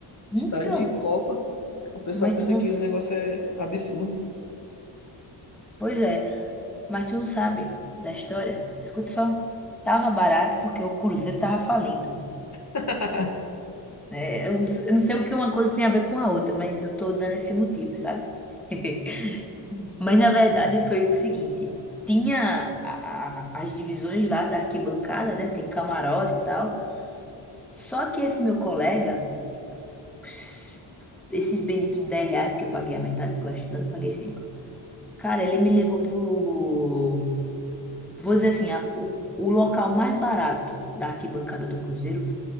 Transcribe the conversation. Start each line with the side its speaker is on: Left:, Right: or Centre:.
Centre: Então,
Left: Estádio de Copa. A pessoa
Centre: mas
Left: pensa
Centre: tu não.
Left: que
Centre: s-
Left: o negócio é absurdo.
Centre: Pois é, mas tu não sabe da história? Escuta só. Tava barato porque o Cruzeiro tava falindo.
Left: <laughs>
Centre: né? eu não s- eu não sei o que uma coisa tem a ver com a outra, mas eu tô dando esse motivo, sabe? <laughs> Mas na verdade foi o seguinte: tinha a- a- as divisões lá da arquibancada, né? Tem camarote e tal. Só que esse meu colega, ps- esses benditos 10 reais que eu paguei a metade, que eu era estudante, paguei cinco Cara, ele me levou pro vou dizer assim, a- o, o local mais barato da arquibancada do Cruzeiro,